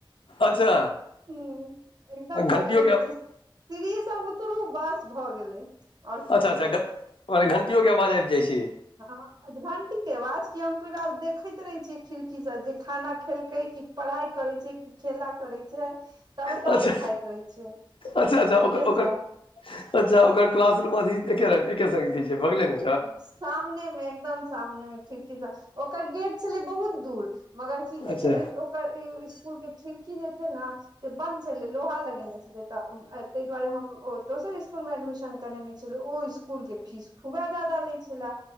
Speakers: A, on the left; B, on the right.
A: अच्छा
B: हूं एकदम बगले
A: घण्टियोके
B: में छै सिढ़ी स उतरू बस भऽ गेलै और किछ
A: अच्छा अच्छा
B: नै
A: घ मने घण्टिओके आवाज आबि जाइत छै
B: हँ अधधंटी के अवाज क हम पूरा देखैत रहे छीयै खिड़की स जे खाना खेलकै कि पढ़ाई करे छै खेला करै छै सबटा
A: अच्छा
B: देखाइत रहै छै
A: अच्छा
B: खिड़कीये
A: अच्छा ओकर
B: सँ
A: अच्छा ओकर क्लास रूम अ एके रंग एके संग छै बगले मे
B: सामने मे एकदम सामने मे खिड़की सब ओकर गेट छलै बहुत दूर मगर की कहे
A: अच्छा
B: छै ओकर स्कूल के खिड़की जे छै ने से बंद छलै लोहा लगेने छलै तऽ ताहि दुआरे हम ओ दोसर स्कुल मे एडमिशन करेने छी ओ स्कुल के फीस खुबे ज्यदा लै छले